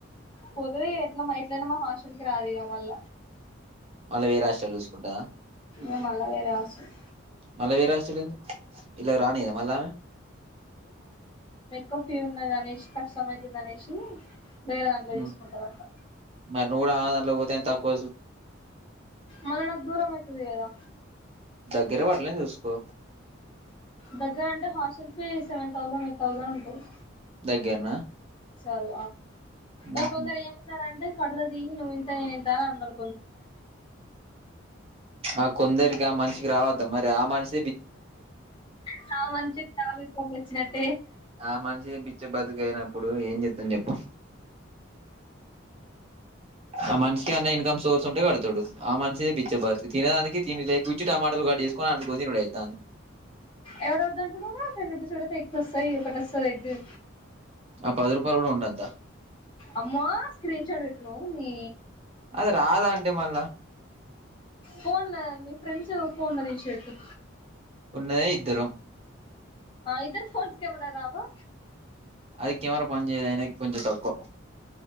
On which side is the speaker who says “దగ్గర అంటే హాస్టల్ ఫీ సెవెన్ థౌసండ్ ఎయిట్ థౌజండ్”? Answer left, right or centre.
Left